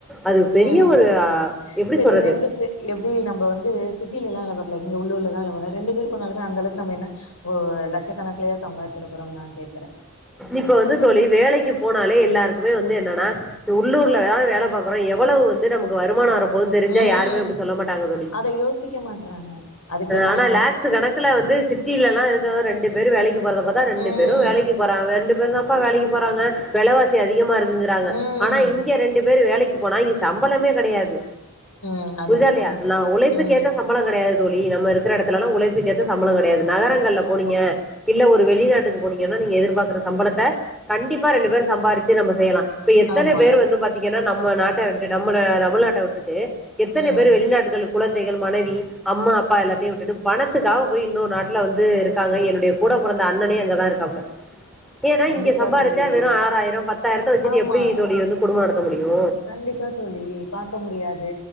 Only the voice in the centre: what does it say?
அது பெரிய
ஒரு எப்டி
சொல்றது
இப்ப வந்து தோழி வேலைக்கு போனாலே எல்லாருக்குமே வந்து என்னனா இந்த உள்ளூர்ல வேற வேல பாக்குறோ எவ்வளவு வந்து நமக்கு வருமான வரப் போது தெரிஞ்சா
யாருமே அப்டி சொல்ல மாட்டாங்க தோழி
ஆனா லேக்ஸ்சு கணக் குல வந்து சிட்டிலல்லா இருக்க ரெண்டு பேரு வேலைக்கு போறத பாத்தா ரெண்டு
பேரு வேலைக்கி றங்க ரெண்டு பேரு தான்ப்பா வேலைக்கி போறாங்க வெலவாசி அதிகமா இருக்குங்கிறாங்க
ஆனா இங்க ரெண்டு பேரு வேலைக்கி போனா இங்க சம்பளமே கெடையாது
புரிதா
இல்லையா நா உழைப்புக்கு
ஏத்த சம்பள கெடையாது தோழி நம்ம இருக்கிற இடத்துலல்லா உழைப்புக்கேத்த சம்பளோ கெடையாது நகரங்கள்ல போனீங்க
இல்ல ஒரு வெளிநாட்டுக்கு போனீங்கன்னா நீங்க எதிர்பார்க்கிற சம்பளத்தா கண்டிப்பா ரெண்டு பேரு சம்பாரிச்சு நம்ம செய்யலா இப்ப எத்தன
பேரு வந்து பாத்தீங்கன்னா நம்ம நாட்ட விட்டு நம்மள தமிழ்நாட்ட விட்டுட்டு எத்தன
பேரு வெளிநாட்டுகளுக் கொழந்தைகள் மனைவி அம்மா அப்பா எல்லாத்தையு விட்டுட்டு பணத்துக்காக போய் இன்னொரு நாட்ல வந்து இருக்காங்க என்னுடைய கூட பொறந்த அண்ணனே அங்கதா இருக்காப்புல ஏன்னா
இங்க சம்பாரிச்சா
வெறு ஆறாயிரோ பத்தாயிரத்த வச்சுட்டு
எப்டி தோழி வந்து குடும்ப நடத்த முடியு